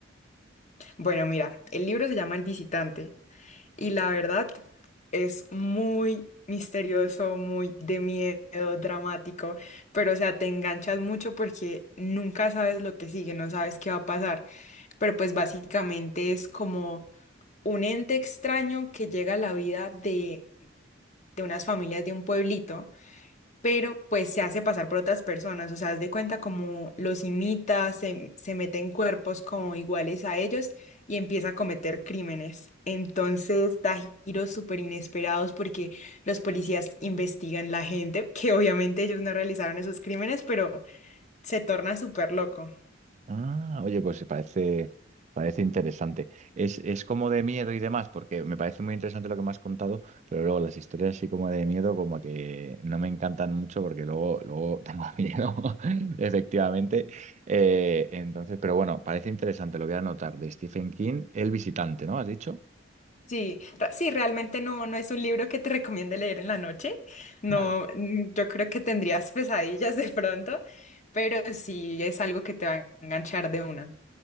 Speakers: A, on the left; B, on the right.
A: Bueno, mira, el libro se llama El visitante y la verdad es muy misterioso, muy de miedo, dramático, pero o sea, te enganchas mucho porque nunca sabes lo que sigue, no sabes qué va a pasar, pero pues básicamente es como un ente extraño que llega a la vida de, de unas familias de un pueblito pero pues se hace pasar por otras personas, o sea, haz de cuenta como los imita, se, se mete en cuerpos como iguales a ellos y empieza a cometer crímenes. Entonces da giros súper inesperados porque los policías investigan la gente, que obviamente ellos no realizaron esos crímenes, pero se torna súper loco.
B: Ah, oye, pues parece, parece interesante. Es, es como de miedo y demás, porque me parece muy interesante lo que me has contado, pero luego las historias así como de miedo, como que no me encantan mucho porque luego, luego tengo <laughs> miedo, efectivamente. Eh, entonces, pero bueno, parece interesante, lo voy a anotar, de Stephen King, El visitante, ¿no? ¿Has dicho?
A: Sí, ra- sí, realmente no, no es un libro que te recomiende leer en la noche. No,
B: Vale.
A: mm, yo creo que tendrías <laughs> pesadillas de pronto, pero sí es algo que te va a enganchar de una.